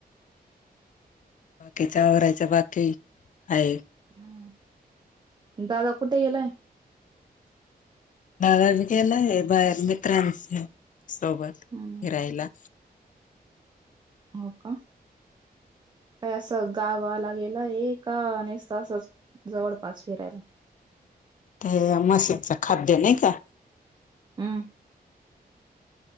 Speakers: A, on the left; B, on the right.
A: बाकी वराच्या बाकी आहे.
B: हम्म दादा कुठे गेलाय.
A: दादाी गेलाय बाहेर मित्रांच्या सोबत
B: हम्म
A: फिरायला.
B: हो का. काय असं गावाला गेलं का आणि अस नुसतं असच जवळपास फिरायला
A: ते मशीचं खाद्य नाही का?
B: हम्म